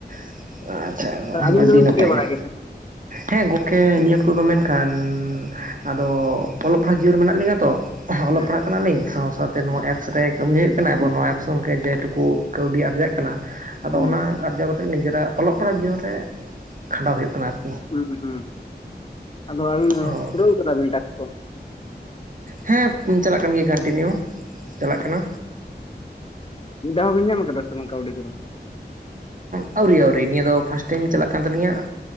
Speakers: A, on the right; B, on the left.
A: ᱾ ᱟᱪᱪᱷᱟ <inaudible>
B: ᱟᱹᱵᱤᱱ
A: ᱟᱹᱰᱤ
B: ᱫᱚᱵᱤᱱ
A: ᱱᱟᱯᱟᱭ
B: ᱪᱤᱠᱟᱹ ᱵᱟᱲᱟᱭ
A: ᱜᱮ
B: ᱜᱮᱛᱮ
A: ᱦᱮᱸ ᱜᱚᱢᱠᱮ ᱱᱤᱭᱟᱹ ᱚᱠᱛᱚ ᱫᱚ ᱢᱮᱱᱠᱷᱟᱱ ᱟᱫᱚ ᱚᱞᱚᱜ ᱯᱟᱲᱦᱟᱜ ᱡᱤᱭᱚᱱ ᱨᱮ ᱢᱮᱱᱟᱜ ᱞᱤᱧᱟᱹ ᱛᱚ ᱚᱞᱚᱜ
B: ᱦᱮᱸ
A: ᱯᱟᱲᱦᱟᱜ ᱠᱟᱱᱟᱞᱤᱧ ᱥᱟᱶ ᱥᱟᱶᱛᱮ ᱱᱚᱣᱟ
B: ᱦᱮᱸ
A: ᱮᱯᱥ ᱨᱮ ᱠᱟᱹᱢᱤ ᱦᱩᱭᱩᱜ ᱠᱟᱱᱟ ᱮᱵᱚᱝ ᱱᱚᱣᱟ ᱮᱯᱥ ᱨᱮ ᱡᱮᱴᱩᱠᱩ ᱠᱟᱹᱣᱰᱤ ᱟᱨᱡᱟᱜ ᱠᱟᱱᱟ ᱟᱫᱚ
B: ᱦᱩᱸ
A: ᱚᱱᱟ ᱟᱨᱡᱟᱣ ᱠᱟᱛᱮ ᱜᱮ ᱱᱤᱡᱮᱨᱟᱜ ᱚᱞᱚᱜ ᱯᱟᱲᱦᱟᱜ ᱡᱤᱭᱚᱱ ᱨᱮ ᱠᱷᱟᱸᱰᱟᱣ ᱦᱩᱭᱩᱜ ᱠᱟᱱᱟ ᱟᱨᱠᱤ
B: ᱦᱩᱸ ᱦᱩᱸ ᱟᱫᱚ ᱟᱹᱵᱤᱱ
A: ᱦᱳᱭ
B: ᱯᱩᱨᱟᱹᱣ ᱟᱠᱟᱫᱟᱵᱤᱱ ᱴᱟᱠᱥ ᱠᱚ
A: ᱦᱮᱸ ᱪᱟᱞᱟᱜ ᱠᱟᱱ ᱜᱮᱭᱟ ᱠᱟᱱᱴᱤᱱᱤᱭᱩ ᱪᱟᱞᱟᱜ ᱠᱟᱱᱟ
B: ᱢᱤᱫ ᱫᱷᱟᱣ ᱦᱚᱸᱵᱤᱱ ᱧᱟᱢ ᱠᱟᱫᱟ ᱥᱮ ᱵᱟᱝ ᱠᱟᱹᱣᱰᱤ ᱠᱚᱫᱚ
A: ᱟᱹᱣᱨᱤ ᱟᱹᱣᱨᱤ ᱱᱤᱭᱟᱹ ᱫᱚ ᱯᱷᱟᱥᱴ ᱴᱟᱭᱤᱢ ᱪᱟᱞᱟᱜ ᱠᱟᱱ ᱛᱟᱹᱞᱤᱧᱟ